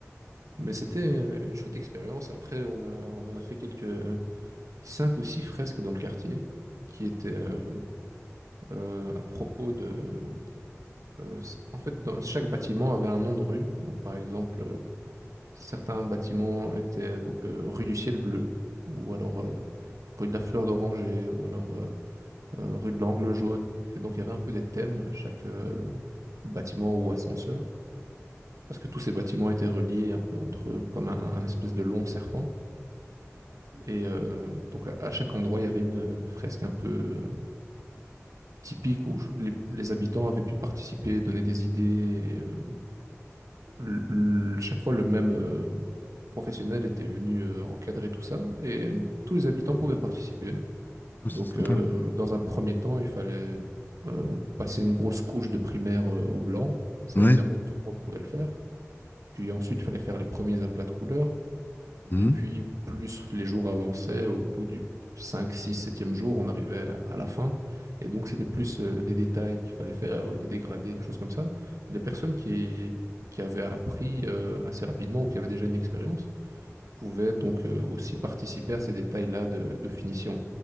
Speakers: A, on the right; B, on the left.
A: Mais c'était euh, une chouette expérience. Après, on a, on a fait quelques cinq ou six fresques dans le quartier qui étaient euh, euh, à propos de... euh, c- en fait, dans, chaque bâtiment avait un nom de rue. Donc par exemple, euh, certains bâtiments étaient donc euh, rue du Ciel Bleu ou alors euh, rue de la Fleur d'Oranger ou alors euh, euh, rue de l'Angle Jaune. Et donc, il y avait un peu des thèmes à chaque euh, bâtiment ou ascenseur, parce que tous ces bâtiments étaient reliés un peu entre eux comme un, un espèce de long serpent. Et euh, donc, à, à chaque endroit, il y avait une euh, fresque un peu euh, typique où les, les habitants avaient pu participer, donner des idées. et, euh, l- l- chaque fois, le même euh, professionnel était venu euh, encadrer tout ça, et tous les habitants pouvaient participer.
B: Oh,
A: Donc,
B: c'est sympa.
A: euh, dans un premier temps, il fallait euh, passer une grosse couche de primaire euh, au blanc. Ça,
B: Ouais.
A: évidemment, tout le monde pouvait le faire. Puis ensuite, il fallait faire les premiers aplats de couleurs.
B: Mhm.
A: Et puis, plus les jours avançaient, au bout du 5, 6, septième jour, on arrivait à, à la fin. Et donc, c'était plus euh, des détails qu'il fallait faire, euh, des dégradés, des choses comme ça. Et les personnes qui, qui avaient appris euh, assez rapidement ou qui avaient déjà une expérience, pouvaient donc euh, aussi participer à ces détails-là de, de finition.